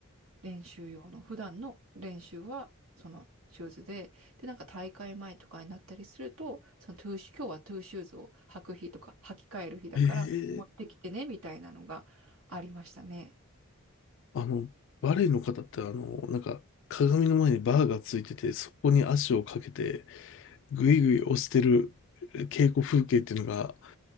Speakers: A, on the right; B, on the left.
A: 練習用の、普段の練習はそのシューズで、で、なんか大会前とかになったりすると、そのトゥーシュ、今日はトゥーシューズを履く日とか、履き替える日だから持ってきてね、
B: えー、
A: みたいなのがありましたね。
B: あの、バレーの方ってあの、なんか鏡の前にバーがついてて、そこに足をかけて、ぐいぐい押してる稽古風景っていうのが、